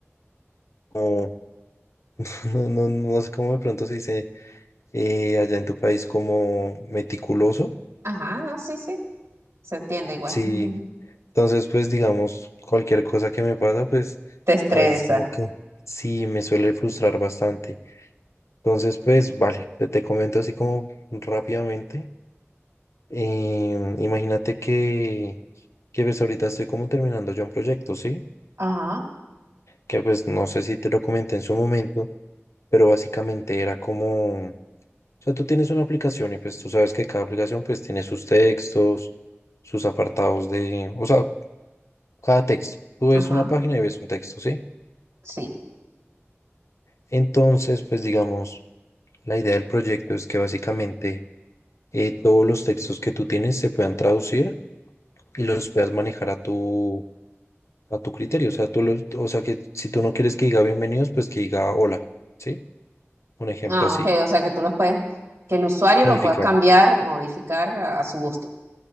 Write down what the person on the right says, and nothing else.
ajá, no, sí, sí, se entiende igual.
<laughs>
Te estresa.
Ajá,
ajá,
sí.
Ah,
ok, o sea que tú los puedes, que el usuario
lo pueda cambiar, modificar a, a su gusto.